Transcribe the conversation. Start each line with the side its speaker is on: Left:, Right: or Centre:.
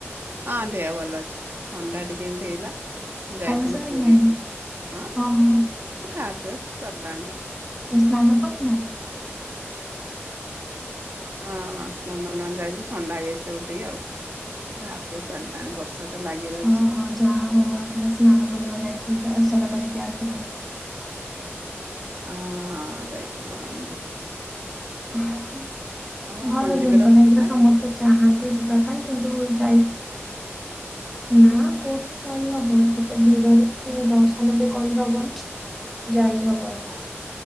Right: ହଁ ଦେହ ଭଲ ଅଛି ଣ୍ଡା ଆ ଟିକି ଏମିତି ହେଇଲା ଯାଇଥିଲ
Centre: ଖାଇବା ସରିଲାଣି
Right: ପୁରୀରୁ ହଁ
Centre: ଓହୋ
Right: ଖା ପିଅ ସରିଲାଣି
Centre: ନଲ ପ ନା
Right: ହଁ ହଁ ସ୍ନାନ ଉନନ୍ଦ ଯାଇଥିଲ ଥଣ୍ଡା ହେଇଯାଇସିବୁ ଟିକେ ଆଉ ଖା ସାରିଲାଣି ବର୍ଷା ତ ଲାଗି ରହିଛି
Centre: ଓହୋ ଯାହା ହଉ ଆପଣ ସ୍ନାନ ପୁର୍ଣିଆ ଯାଇଥିଲି ଦର୍ସଲ କରିକି ଆସିଲେ
Right: ହଁ ଯାଇଥିଲିଲ ଆମ
Centre: ହ ହ
Right: ଆପଣ
Centre: ଭଲ
Right: ଯିବେ
Centre: ଜିନିଷ
Right: ରଥକୁ
Centre: କାଇଁକ
Right: ନା
Centre: ସମସ୍ତେ
Right: କଣ?
Centre: ଚାହାନ୍ତି ଯିବା ପାଇଁ କିନ୍ତୁ ଯାଇ ନା କୋଉଠି ଯାଇ ହବ ଗଟେ ଭିଡରେ କିଛି ଦର୍ଶନ ବି କରିହବନି ଯାଇ ହବନି